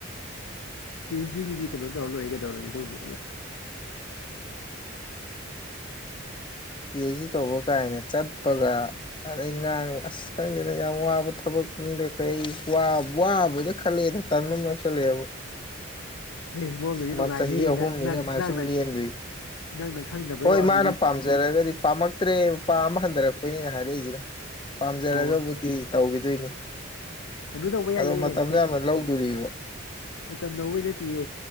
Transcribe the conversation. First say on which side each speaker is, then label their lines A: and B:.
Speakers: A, on the left (about 85°); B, on the left (about 25°).
A: ꯄꯤ ꯑꯩꯆ ꯗꯤꯒꯤꯗꯤ ꯀꯩꯅꯣ ꯇꯧꯔ ꯂꯣꯏꯔꯦ ꯀꯗꯧꯔꯒꯦ ꯑꯗꯨꯕꯨ
B: ꯄꯤ ꯑꯩꯆ ꯗꯤ ꯇꯧꯕ ꯀꯥꯏꯅ ꯆꯠꯄꯒ ꯑꯗꯩ ꯉꯥꯡꯕ ꯑꯁ ꯈꯪꯗꯦꯗ ꯌꯥꯝ ꯋꯥꯕ ꯊꯕꯛꯅꯤꯅ ꯀꯩ ꯋꯥꯕꯣꯏꯅ ꯈꯜꯂꯦꯗ ꯇꯟꯕ ꯑꯃ ꯌꯥꯎꯁꯜꯂꯛꯑꯦꯕ
A: ꯑꯦ ꯃꯔꯣꯝꯗꯗꯤ ꯅꯨꯡꯉꯥꯏꯅꯤꯍꯦ
B: <inaudible> ꯆꯍꯤ ꯑꯍꯨꯝꯅꯤꯅꯦ
A: ꯅꯪ ꯅꯪ
B: ꯑꯃꯥꯏꯅ
A: ꯅꯪꯅ
B: ꯁꯨꯝ ꯂꯦꯟꯗꯣꯏꯁꯦ
A: ꯅꯪꯅ ꯈꯪꯗꯕꯩ
B: ꯍꯣꯏ
A: ꯋꯥꯅꯤ
B: ꯃꯥꯅ
A: ꯃꯤ
B: ꯄꯥꯝꯖ ꯄꯥꯝꯖꯔꯒꯗꯤ ꯄꯥꯝꯃꯛꯇ꯭ꯔꯦ ꯄꯥꯝꯕ ꯍꯟꯊꯔꯛꯄꯩꯅꯦ ꯑꯩꯅ ꯍꯥꯏꯔꯛꯏꯁꯤꯅ ꯄꯥꯝꯖꯔꯒꯕꯨꯗꯤ
A: ꯑꯣ
B: ꯇꯧꯈꯤꯗꯣꯏꯅꯤ
A: ꯀꯩꯅꯣ ꯇꯧꯕ ꯌꯥꯏꯌꯦ
B: ꯑꯗꯣ ꯃꯇꯝꯗꯤ ꯌꯥꯝ ꯂꯧꯗꯣꯔꯤꯕ
A: ꯃꯇꯝ ꯂꯧꯕꯩ ꯅꯠꯇꯤꯌꯦ